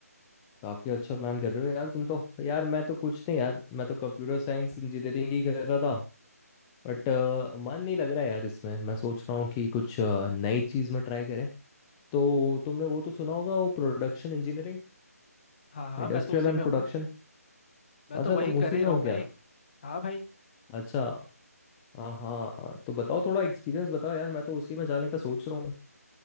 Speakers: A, on the left; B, on the left.
A: काफी अच्छा प्लान कर रहे हो यार तुम तो यार मैं तो कुछ नहीं यार मैं तो कंप्यूटर साइंस इंजीनियरिंग ही कर रहा था बट
B: हम्म
A: मन नहीं लग रहा है यार इसमें मैं सोच रहा हूँ कि कुछ अ, नई चीज में ट्राई करें तो तुमने वो तो सुना होगा वो production engineering
B: हाँ हाँ
A: industrial
B: मैं तो उसी में
A: and
B: हूँ
A: production
B: मैं
A: अच्छा
B: तो वही
A: तुम उसी
B: कर ही
A: में
B: रहा
A: हो
B: हूँ भाई
A: क्या
B: हाँ भाई
A: अच्छा हाँ हाँ तो बताओ थोड़ा एक्सपीरियंस बताओ यार मैं तो उसी में जाने का सोच रहा हूँ